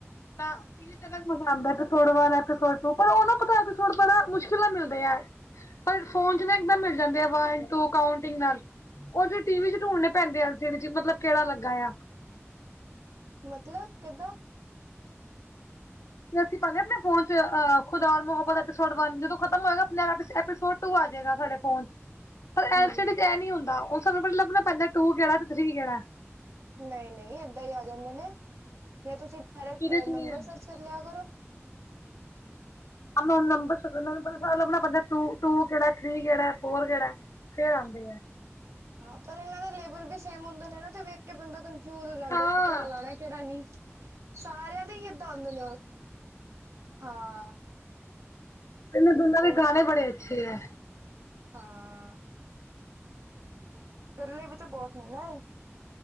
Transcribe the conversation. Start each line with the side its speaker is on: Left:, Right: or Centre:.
Left: ਨਾ <unintelligible> ਮਜ਼ਾ ਆਂਦਾ ਏਪੀਸੋਡ ਵਨ, ਏਪੀਸੋਡ ਟੂ ਪਰ ਉਹ ਨਾ ਪਤਾ ਮੁਸ਼ਕਿਲ ਨਾਲ ਮਿਲਦੇ ਐ। ਪਰ ਫੋਨ ਚ ਨਾਂ ਇੱਕਦਮ ਮਿਲ ਜਾਂਦੇ ਆ, ਵਨ ਟੂ ਕਉਂਟਿੰਗ ਨਾਲ। ਉਹ ਜ ਟੀ ਵੀ ਚ ਢੂੰਡਨੇ ਪੈਂਦੇ ਅ ਏਲ ਸੀ ਡੀ ਚ ਮਤਲਬ ਕਿਹੜਾ ਲੱਗਾ ਆ।
Right: ਮਤਲਬ! ਕਿੱਦਾਂ?
Left: ਤੇ ਅਸੀਂ ਪਾਦੇ ਆਪਣੇ ਫੋਨ ਚ ਅਹ ਖੁਦਾ ਮੁਹੱਬਤ ਐਪੀਸੋਡ ਵਨ ਜਦੋਂ ਖਤਮ ਹੋਏਗਾ ਆਪਪੀੋਡ ਟੂ ਆਜੇਗਾ ਸਾਡੇ ਫੋਨ ਚ ਪਰ
Right: ਹਮ
Left: ਐਲ ਸੀ ਡੀ ਚ ਇਹ ਨੀਂ ਹੁੰਦਾ ਉਹ ਸਾਨੂੰ ਪਤਾ ਲੱਭਣਾ ਪੈਂਦਾ ਟੂ ਕਿਹੜਾ ਤੇ ਥਰੀ ਕਿਹੜਾ।
Right: ਨਈਂ, ਨਈਂ, ਏਦਾਂ ਈ ਆ ਜਾਂਦੇ ਨੇਂ ਜਾਂ ਤੁਸੀਂ ਡਾਇਰੈਕਟ
Left: ਕਿਦੇ 'ਚ
Right: ਨੰਬਰ
Left: ਨੀ ਐ।
Right: ਸਰਚ ਕਰ ਲਿਆ ਕਰੋ।
Left: ਅੰਨ ਨਾਉਣ ਨੰਬਰ <unintelligible> ਲੱਭਣਾ ਪੈਂਦਾ ਟੂ-ਟੂ ਕਿਹੜਾ, ਥਰੀ ਕਿਹੜਾ, ਫੋਰ ਕਿਹੜਾ ਫੇਰ ਆਂਦੇ ਆ।
Right: ਹਾਂ, ਪਰ ਇਹਨਾਂ ਦਾ ਲੇਵਲ ਵੀ ਸੇਮ ਹੁੰਦਾ ਨਾਂ, ਤੇ ਵੇਖ ਕੇ ਬੰਦਾ ਫਿਊਜ ਹੋ ਜਾਂਦਾ,
Left: ਹਾਂ
Right: ਕਿਹੜਾ ਲਾਣਾ ਕਿਹੜਾ ਨਹੀਂ, ਸਾਰਿਆਂ ਦੇ ਹੀ ਏਦਾਂ ਆਉਦੇ ਨੇਂ ਉਹ। ਹਾਂ।
Left: ਇਹਨਾਂ ਦੋਨਾਂ ਦੇ
Right: ਉਸ
Left: ਗਾਣੇ ਬੜੇ ਅੱਛੇ ਐ।
Right: ਹਾਂ। ਚੱਲੇ ਵੀ ਤੇ ਬੌਤ ਨੇ ਨਾ ਆ।